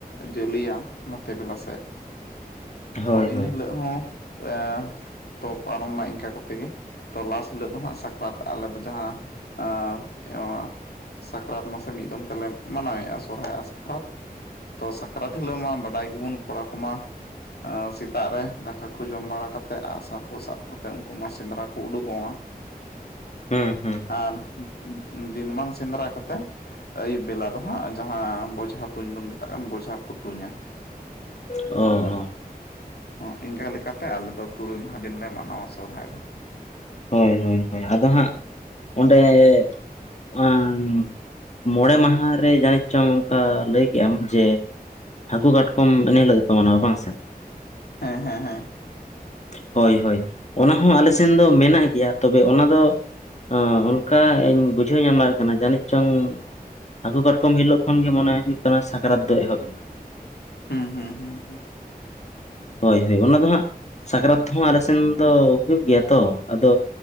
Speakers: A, on the left; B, on the left.
A: ᱡᱟᱹᱞᱤᱭᱟ ᱱᱟᱛᱮ ᱵᱮᱞᱟ ᱥᱮᱫ
B: <inaudible>
A: ᱛᱚ ᱮᱱ
B: ᱦᱳᱭ
A: ᱦᱤᱞᱳᱜ ᱦᱚᱸ ᱮᱸ ᱛᱚ ᱯᱟᱨᱚᱢᱱᱟ ᱤᱱᱠᱟ ᱠᱚᱛᱮᱜᱮ ᱛᱚ ᱞᱟᱥᱴ ᱦᱤᱞᱳᱜ ᱫᱚ ᱦᱟᱸᱜ ᱥᱟᱠᱨᱟᱛ ᱟᱞᱮ ᱫᱚ ᱡᱟᱦᱟᱸ <unintelligible> ᱥᱟᱠᱨᱟᱛ ᱢᱟᱥᱮ ᱢᱤᱫ ᱫᱚᱢ ᱛᱮᱞᱮ ᱢᱟᱱᱟᱣᱮᱫᱼᱟ ᱥᱚᱨᱦᱟᱭ ᱟᱨ ᱥᱟᱠᱨᱟᱛ ᱛᱚ ᱥᱟᱠᱨᱟᱛ ᱦᱤᱞᱟᱹᱜ ᱢᱟ ᱵᱟᱰᱟᱭ ᱜᱮᱵᱚᱱ ᱠᱚᱲᱟ ᱠᱚᱢᱟ ᱮᱸ ᱥᱮᱛᱟᱜ ᱨᱮ ᱫᱟᱠᱟ ᱠᱚ ᱡᱚᱢ ᱵᱟᱲᱟ ᱠᱟᱛᱮᱜ ᱟᱜ ᱥᱟᱨ ᱠᱩ ᱥᱟᱵ ᱠᱟᱛᱮ ᱩᱱᱠᱩ ᱢᱟ ᱥᱮᱸᱫᱽᱨᱟ ᱠᱩ ᱩᱰᱩᱠᱚᱸᱜᱼᱟ
B: ᱦᱮᱸ ᱦᱮᱸ
A: ᱟᱨ ᱫᱤᱱ ᱢᱟᱱ ᱥᱮᱸᱫᱽᱨᱟ ᱠᱟᱛᱮ ᱟᱹᱭᱩᱵ ᱵᱮᱞᱟ ᱫᱚ ᱦᱟᱸᱜ ᱡᱟᱦᱟᱸ ᱵᱚᱡᱷᱟ ᱛᱩᱧ ᱵᱚᱱ ᱢᱮᱛᱟᱜ ᱠᱟᱱ ᱵᱚᱡᱷᱟ ᱠᱚ ᱛᱩᱧᱟ
B: ᱚ
A: ᱚᱱᱠᱟ
B: ᱚ
A: <inaudible> ᱤᱱᱠᱟᱹ ᱞᱮᱠᱟᱛᱮ ᱟᱞᱮ ᱫᱚ ᱛᱩᱨᱩᱭ ᱢᱟᱦᱟ ᱫᱤᱱ ᱞᱮ ᱢᱟᱱᱟᱣᱟ ᱥᱮ ᱥᱚᱨᱦᱟᱭ ᱫᱚ
B: ᱦᱳᱭ ᱦᱳᱭ ᱦᱳᱭ ᱟᱫᱚ ᱦᱟᱸᱜ ᱚᱸᱰᱮ ᱟᱸ ᱢᱚᱬᱮ ᱢᱟᱦᱟ ᱨᱮ ᱡᱟᱹᱱᱤᱡ ᱪᱚᱝ ᱚᱱᱠᱟ ᱞᱟᱹᱭ ᱠᱮᱫ ᱟᱢ ᱡᱮ ᱦᱟᱹᱠᱩ ᱠᱟᱴᱠᱚᱢ ᱤᱱᱟᱹ ᱦᱤᱞᱳᱜ ᱜᱮᱯᱮ ᱢᱟᱱᱟᱣᱟ ᱵᱟᱝ ᱥᱮ
A: ᱦᱮᱸ ᱦᱮᱸ ᱦᱮᱸ
B: ᱦᱳᱭ ᱦᱳᱭ ᱚᱱᱟ ᱦᱚᱸ ᱟᱞᱮ ᱥᱮᱱ ᱫᱚ ᱢᱮᱱᱟᱜ ᱜᱮᱭᱟ ᱛᱚᱵᱮ ᱚᱱᱟ ᱫᱚ ᱚᱱᱠᱟ ᱤᱧ ᱵᱩᱡᱷᱟᱹᱣ ᱧᱟᱢ ᱫᱟᱲᱮᱭᱟᱜ ᱠᱟᱱᱟ ᱡᱟᱹᱱᱤᱡ ᱪᱚᱝ ᱦᱟᱹᱠᱩ ᱠᱟᱴᱠᱚᱢ ᱦᱤᱞᱳᱜ ᱠᱷᱚᱱ ᱜᱮ ᱢᱚᱱᱮ ᱦᱩᱭᱩᱜ ᱠᱟᱱᱟ ᱥᱟᱠᱨᱟᱛ ᱫᱚ ᱮᱦᱚᱵ ᱮᱱᱟ
A: ᱦᱩᱸ ᱦᱩᱸ ᱦᱩᱸ ᱦᱩᱸ
B: ᱦᱳᱭ ᱦᱳᱭ ᱚᱱᱟ ᱫᱚ ᱦᱟᱸᱜ ᱥᱟᱠᱨᱟᱛ ᱦᱚᱸ ᱟᱞᱮ ᱥᱮᱱ ᱫᱚ ᱦᱩᱭᱩᱜ ᱜᱮᱭᱟ ᱛᱚ ᱟᱫᱚ